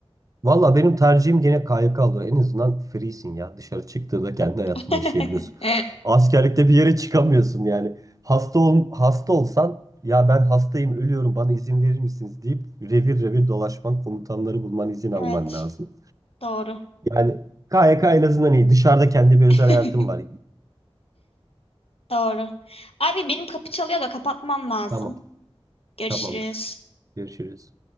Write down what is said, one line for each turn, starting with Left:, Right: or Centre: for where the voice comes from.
Right: Valla benim tercihim gene KYK oluyor. En azından freesin ya. Dışarı çıktığında kendi hayatını
Left: <laughs>
Right: yaşayabiliyorsun. Askerlikte bir yere çıkamıyorsun yani. Hasta ol, hasta olsan ya ben hastayım ölüyorum bana izin verir misiniz deyip revir revir dolaşman komutanları bulman izin alman
Left: Evet
Right: lazım.
Left: doğru.
Right: Yani KYK en azından iyi. Dışarıda kendi bir özel
Left: <laughs>
Right: hayatım var.
Left: Doğru. Abi benim kapı çalıyor da kapatmam lazım.
Right: Tamam
Left: Görüşürüz.
Right: tamamdır. Görüşürüz.